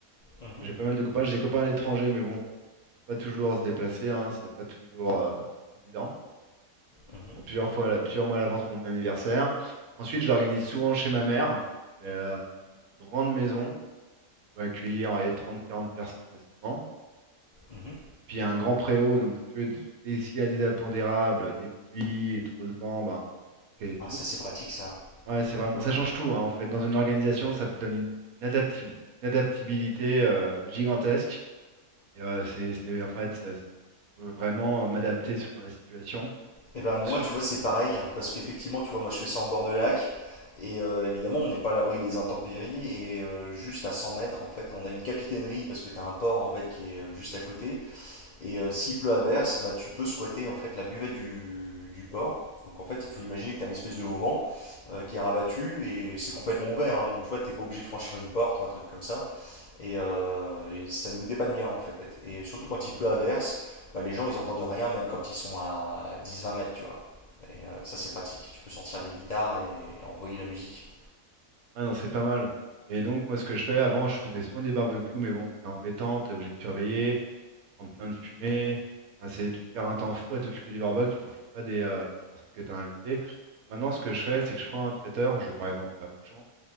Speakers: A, on the left; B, on the right.
A: mhm,
B: J'ai pas mal de copains. J'ai des copains à l'étranger, mais bon, faut pas toujours se déplacer, hein, c'est pas toujours euh, évident. Donc,
A: mhm,
B: je me prends plusieurs fois, à la- plusieurs mois à l'avance pour mon anniversaire. Ensuite, je l'organise souvent chez ma mère, qui a une grande maison. On peut accueillir allez, 30-40 personnes facilement.
A: mhm.
B: Et puis, il y a un grand préau, donc si tu veux, dès- s'il y a des impondérables, des pluies, trop de vent, ben, on peut le caler dessous.
A: Ah, ça c'est pratique ça.
B: Ouais, c'est vraiment,
A: Mm.
B: ça change tout, hein, en fait. Dans une organisation, ça te donne une, une adapti- une adaptabilité euh, gigantesque. Et, euh, c'est, c'est- en fait, ça- c'est- je peux vraiment euh, m'adapter selon la situation.
A: Et ben
B: Ensuite,
A: moi, tu vois, c'est pareil, hein, parce qu'effectivement, tu vois, moi je fais ça en bord de lac, et euh, évidemment, on n'est pas à l'abri des intempéries, et euh, juste à 100 mètres, en fait, on a une capitainerie, parce que tu as un port, en fait, qui est euh, juste à côté, et euh, s'il pleut à verse, bah, tu peux squatter, en fait, la buvette du, du port. Donc en fait, il faut imaginer que tu as une espèce de haut vent euh, qui est rabattu, et c'est complètement ouvert, hein, donc tu vois, tu n'es pas obligé de franchir une porte ou un truc comme ça. Et, euh, et ça nous dépanne bien en fait. Et surtout quand il pleut à verse, bah, les gens ils entendent rien même quand ils sont à dix vingt mètres, tu vois. Et euh, ça c'est pratique. Tu peux sortir des guitares et envoyer la musique.
B: ah non, c'est pas mal. Et donc, moi, ce que je fais, avant, je faisais souvent des barbecues, mais bon, c'est embêtant, t'es obligé de surveiller, prendre plein de fumée. Enfin, c'est, tu perds un temps fou à t'occuper du barbecue, tu profites pas des, euh, des personnes que t'as invitées. Maintenant, ce que je fais, c'est que je prends un traiteur, je vais par exemple à Auchan,